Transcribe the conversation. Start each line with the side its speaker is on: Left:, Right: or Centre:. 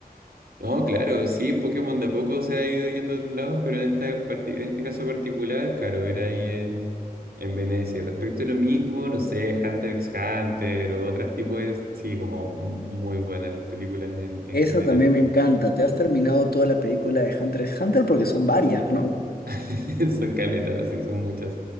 Right: No, claro, sí, Pokémon de a poco se ha ido yendo a otros lados, pero en, esta parti- en este caso particular, claro, era ahí en, en Venecia. Respecto a lo mismo, no sé, Hunter x Hunter o otros tipos de... Sí, como mu- muy buenas las películas en, en
Left: Esa
Right: general.
Left: también me encanta. ¿Te has terminado toda la película de Hunter x Hunter? Porque son varias, ¿no?
Right: <laughs> Son caletas, sí, son muchas.